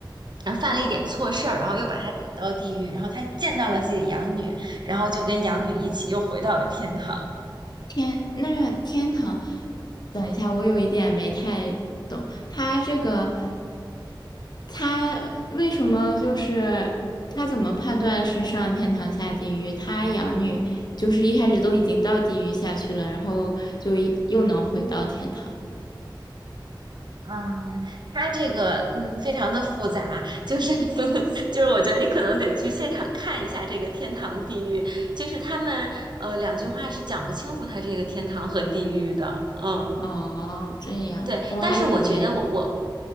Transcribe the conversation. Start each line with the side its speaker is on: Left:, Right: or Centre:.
Right: 然后犯了一点错事儿，然后又把他打到地狱，然后他见到了自己的养女，然后就跟养女一起又回到了天堂。
Left: 天，那天堂，等一下，我有一点没太懂，他这个他为什么就是他怎么判断是上天堂下地狱？他养女就是一开始都已经到地狱下去了，然后就一又能回到天堂。
Right: 嗯，他这个嗯非常的复杂，就是 <laughs> 就是我觉得你可能得去现场看一下这个天堂地狱，就是他们呃两句话是讲不清楚他这个天堂和地狱的，嗯。
Left: 哦，这样，
Right: 对，
Left: 我还以为，
Right: 但是我觉得我我